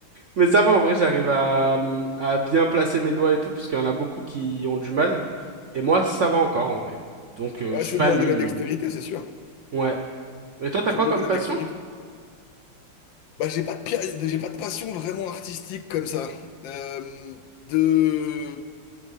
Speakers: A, on the right (about 65°); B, on the left (about 75°).
A: Mais ça va, en vrai, j'arrive à, hum, à bien placer mes doigts et tout, parce qu'il y en a beaucoup qui ont du mal. Et moi, ça va encore, en vrai. Donc, euh,
B: Ouais,
A: je suis
B: ça
A: pas
B: demande
A: nul,
B: de la dextérité,
A: nul.
B: c'est sûr.
A: Ouais. Et toi, t'as
B: Ça
A: quoi
B: demande
A: comme
B: de la
A: passion?
B: dextérité. Bah, j'ai pas de, pia- j'ai pas de passion vraiment artistique comme ça. Euh, de...